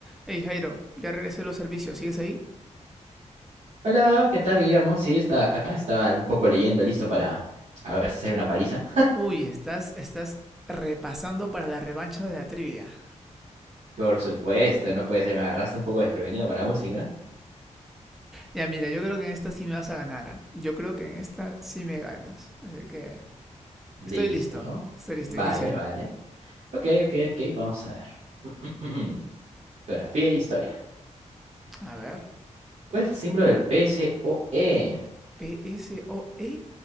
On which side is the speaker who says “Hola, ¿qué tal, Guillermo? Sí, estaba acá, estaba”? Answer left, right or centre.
Right